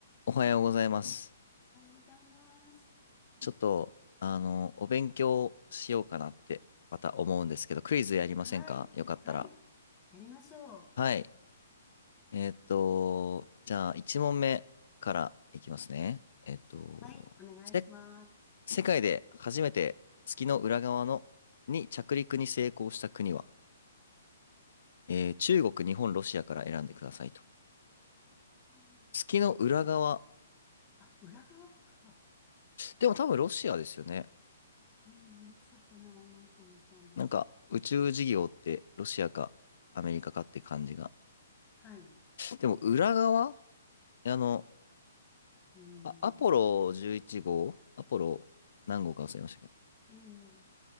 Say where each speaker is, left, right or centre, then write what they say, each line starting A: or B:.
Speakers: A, on the left; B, on the left.
A: おはようございます。
B: おはようございます。
A: ちょっと、あの、お勉強しようかなって、また思うんですけど、クイズやりませんかよかったら。
B: はい。はい。やりましょう。
A: はい。えーっと、じゃあ、1問目からいきますね。えーっと、
B: はい。お願いします。
A: せ、世界で初めて月の裏側の、に着陸に成功した国は、えー中国、
B: あれ
A: 日本、ロシアから選んでくださいと。
B: あー
A: 月の裏側。
B: ロシアあ、裏側か。
A: でも多分ロシアですよね。
B: うん、ロシアかなと思ったんですけど。
A: なんか、宇宙事業ってロシアかアメリカかって感じが。
B: はい。
A: でも裏側あの、
B: うん。
A: あアポロ11号、アポロ何号か忘れましたけ
B: ええ、